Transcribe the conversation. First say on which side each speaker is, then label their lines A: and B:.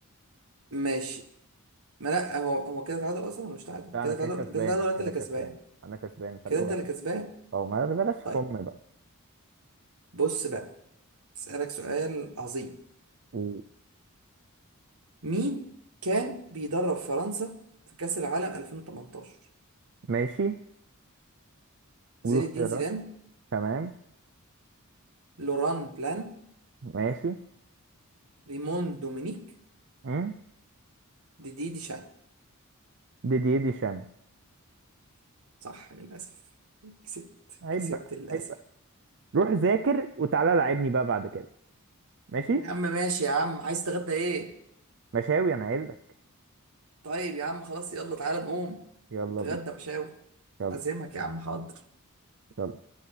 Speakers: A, on the right; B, on the right.
A: ماشي ما لا هو هو كده تعادل اصلا ولا مش تعادل
B: لا
A: كده
B: انا كده
A: تعادل
B: كسبان
A: كده تعادل انت
B: كده
A: اللي
B: كسبان
A: كسبان
B: انا كسبان
A: كده
B: فرق
A: انت
B: واحد
A: اللي كسبان
B: او ما بلاش
A: طيب
B: فم بقى
A: بص بقى اسالك سؤال عظيم
B: و-
A: مين كان بيدرب فرنسا في كأس العالم 2018
B: ماشي
A: زين
B: قول اختيارات
A: الدين زيدان
B: تمام
A: لوران بلان
B: ماشي
A: ريمون دومينيك
B: امم
A: ديدي ديشان
B: دي دي دي شان
A: صح للأسف كسبت
B: عيب
A: كسبت
B: بقى
A: للأسف
B: عيب بقى روح ذاكر وتعالى لعبني بقى بعد كده ماشي
A: يا عم <laughs> ماشي يا عم عايز تتغدى ايه
B: مشاوي انا قايل لك
A: طيب يا عم خلاص يلا تعالى نقوم
B: يلا
A: نتغدى
B: بينا
A: مشاوي
B: يلا
A: أعزمك يا عم حاضر
B: يلا